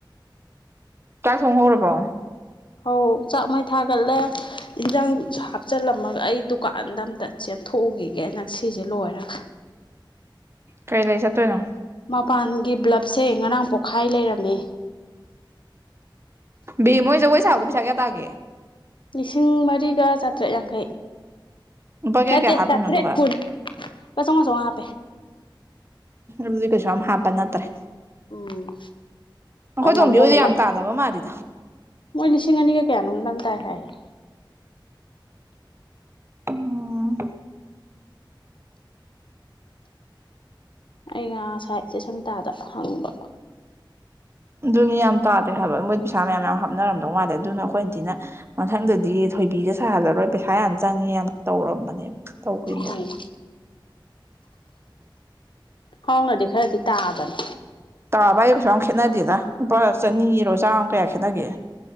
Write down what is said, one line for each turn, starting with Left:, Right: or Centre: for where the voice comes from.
Right: ꯆꯥꯛ ꯊꯣꯡ ꯍꯧꯔꯕꯣ
Left: ꯑꯧ ꯆꯥꯛ ꯃꯩ ꯊꯥꯒꯠꯂꯦ ꯏꯟꯖꯥꯡ ꯍꯥꯞꯆꯤꯜꯂꯝꯃꯒ ꯑꯩ ꯗꯨꯀꯥꯟꯗ ꯑꯝꯇ ꯆ ꯊꯣꯛ ꯎꯈꯤꯒꯦꯅ ꯁꯤꯁꯦ ꯂꯣꯏꯔꯒ
Right: ꯀꯩ ꯂꯩ ꯆꯠꯇꯣꯏꯅꯣ
Left: ꯃꯄꯥꯟꯒꯤ ꯕ꯭ꯂꯞꯁꯦ ꯉꯔꯥꯡ ꯄꯣꯛꯈꯥꯏ ꯂꯩꯔꯝꯃꯦ
Right: ꯕꯦꯝꯃ ꯍꯣꯏ ꯖꯒꯣꯏ ꯁꯥꯕꯗꯣꯥ ꯄꯩꯁꯥ ꯀꯌꯥ ꯇꯥꯒꯦ
Left: ꯂꯤꯁꯤꯡ ꯃꯔꯤꯒ ꯆꯥꯇ꯭ꯔꯦꯠ ꯌꯥꯡꯈꯩ
Right: ꯂꯨꯄꯥ ꯀꯌꯥ
Left: ꯅꯠꯇꯦ
Right: ꯀꯌꯥ ꯍꯥꯞꯄꯤꯅꯣ
Left: ꯆꯥꯇ꯭ꯔꯦꯠ
Right: ꯑꯗꯨꯒ
Left: ꯀꯨꯟ ꯂꯨꯄꯥ ꯆꯝꯉꯥ ꯆꯥꯝꯉꯥ ꯍꯥꯞꯄꯦ
Right: ꯎꯝꯖꯤ ꯀꯩꯁꯨ ꯑꯝ ꯍꯥꯄ ꯅꯠꯇ꯭ꯔꯦ
Left: ꯎꯝ
Right: ꯑꯩꯈꯣꯏ
Left: ꯑ
Right: ꯇꯣꯝꯕꯤ
Left: ꯃꯕꯣꯛꯅ
Right: ꯍꯣꯏꯗꯤ ꯌꯥꯝ ꯇꯥꯗꯕ ꯃꯥꯜꯂꯤꯗ
Left: ꯃꯣꯏꯂꯤꯁꯤꯡ ꯉꯅꯤꯒ ꯀꯌꯥꯅꯗꯪ ꯇꯥꯏ ꯍꯥꯏꯌꯦ
Right: ꯎꯝ
Left: ꯑꯩ ꯉ ꯉꯁꯥꯏꯠꯁꯦ ꯁꯪꯒꯤꯇꯥꯗ ꯍꯪꯕ
Right: ꯑꯗꯨꯅꯤ ꯌꯥꯝ ꯇꯥꯗꯦ ꯍꯥꯏꯕ ꯃꯣꯏ ꯄꯩꯁꯥ ꯃꯌꯥꯝ ꯌꯥꯝ ꯍꯥꯞꯅꯔꯝꯗꯧ ꯃꯥꯜꯂꯦ ꯑꯗꯨꯅ ꯑꯩꯈꯣꯏ ꯑꯟꯇꯤꯅ ꯃꯊꯪꯗꯗꯤ ꯊꯣꯏꯕꯤꯗ ꯁꯥꯍꯜꯂꯔꯣꯏ ꯄꯩꯁꯥ ꯌꯥꯝ ꯆꯪꯉꯦ ꯌꯥꯝ ꯇꯧꯔꯝꯕꯅꯦꯕ ꯇꯧꯈꯤꯕꯅꯦꯕ
Left: ꯎꯝ ꯍꯥꯎꯅꯗꯤ ꯈꯔꯗꯤ ꯇꯥꯕꯅꯤ
Right: ꯇꯥꯕ ꯑꯩꯨꯛꯁꯨ ꯌꯥꯝ ꯈꯦꯠꯅꯗꯦꯗ ꯂꯨꯄꯥ ꯆꯅꯤꯒꯤꯔꯣ ꯆꯥꯝꯃ ꯀꯌꯥ ꯈꯦꯠꯅꯒꯦ